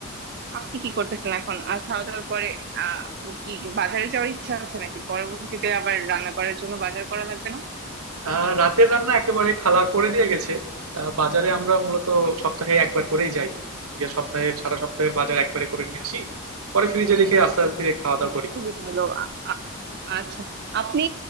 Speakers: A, on the right (about 50°); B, on the right (about 85°).
A: আপনি কি করতেছেন এখন আর খাওয়া দাওয়ার পরে আহ কি কি বাজারে যাওয়ার ইচ্ছা আছে নাকি পরবর্তীতে আবার রান্না করার জন্য বাজার করা লাগবে না
B: আহ রাতের রান্না একেবারে খালা করে দিয়ে গেছে আহ, বাজারে আমরা মূলত সপ্তাহে একবার করেই যাই গিয়ে সপ্তাহের সারা সপ্তাহের বাজার একবারে করে নিয়ে আসি পরে ফ্রিজে রেখে আস্তে আস্তে ধীরে খাওয়া
A: ও,
B: দাওয়া করি
A: খুবই ভালো আ- আ- আচ্ছা আপনি